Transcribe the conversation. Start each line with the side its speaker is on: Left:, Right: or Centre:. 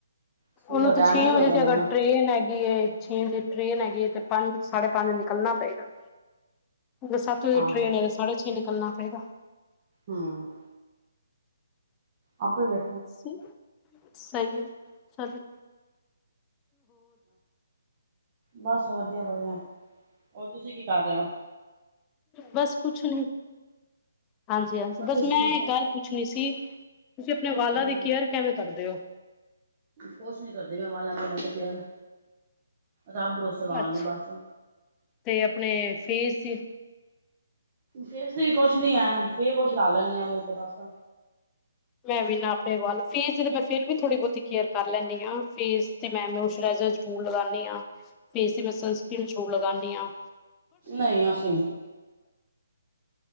Right: ਸਕੂਲ
Left: ਓਨੂੰ
Right: ਦਾ
Left: ਤੇ
Right: ਟਾਈਮ
Left: ਛੇ
Right: ਵੀ
Left: ਵਜੇ
Right: ਹੋ ਜਾਣਾ
Left: ਦੀ ਅਗਰ
Right: ਨਾ
Left: ਟ੍ਰੇਨ ਗੀ ਏ ਛੇ ਵਜੇ ਟ੍ਰੇਨ ਹੈਗੀ ਏ ਤੇ ਪੰਜ-ਸਾਢੇ ਪੰਜ ਨਿਕਲਣਾ ਪਏਗਾ। ਅ ਸੱਤ ਵਜੇ
Right: ਆਹੋ
Left: ਟ੍ਰੇਨ ਏ ਤਾਂ ਸਾਢੇ ਛੇ ਨਿਕਲਣਾ ਪਏਗਾ।
Right: ਹੂੰ, ਆਪੇ ਬੈ
Left: ਸ‌ਈ, ਸ‌ਈ ਏ ਚ
Right: ਬਸ ਵਧੀਆ-ਵਧੀਆ, ਹੋਰ ਤੁਸੀਂ ਕੀ ਕਰ ਰਹੇ ਓ?
Left: ਬਸ ਕੁਛ ਨੀ, ਹਾਂਜੀ-ਹਾਂਜੀ
Right: ਬੱਚੇ
Left: ਬਸ
Right: ਸਕੂਲ
Left: ਮੈਂ ਇਕ
Right: ਗਏ
Left: ਗੱਲ ਪੁੱਛਣੀ ਸੀ। ਤੁਸੀਂ ਆਪਣੇ
Right: ਹੂੰ
Left: ਵਾਲਾਂ ਦੀ ਕੇਅਰ ਕੇਵੇ ਕਰਦੇ ਓ?
Right: ਕੁਛ ਨੀ ਕਰਦੀ ਮੈਂ ਵਾਲਾ ਵੂਲਾ ਤੇ ਕੇਅਰ, ਰੱਬ ਭਰੋਸੇ ਵਾਲ
Left: ਅੱਛਾ
Right: ਨੇ ਬਸ।
Left: ਤੇ ਆਪਣੇ ਫੇਸ ਤ
Right: ਫੇਸ ਤੇ ਵੀ ਕੁਛ ਨੀ ਐ ਫੇਸ ਵਾਸ਼ ਲਾ ਲੈਨੀ ਆ ਮੂੰਹ ਤੇ ਬਸ।
Left: ਮੈਂ ਵੀ ਨਾ ਆਪਣੇ ਵਾਲ, ਫੇਸ ਤੇ ਤਾਂ ਮੈਂ ਫੇਰ ਵੀ ਥੋੜ੍ਹੀ ਬਹੁਤੀ ਕੇਅਰ ਕਰ ਲੈਨੀ ਆ ਫੇਸ ਤੇ ਮੈਂ ਮੋਆਸਰਾਈਜ਼ਰ ਜ਼ਰੂਰ ਲਗਾਨੀ ਆ ਫੇਸ ਤੇ ਮੈਂ ਸਨਸ੍ਰੀਨ ਜ਼ਰੂਰ ਲਗਾਨੀ ਆ।
Right: ਨ‌ਈ ਅਸੀਂ ਨੀ,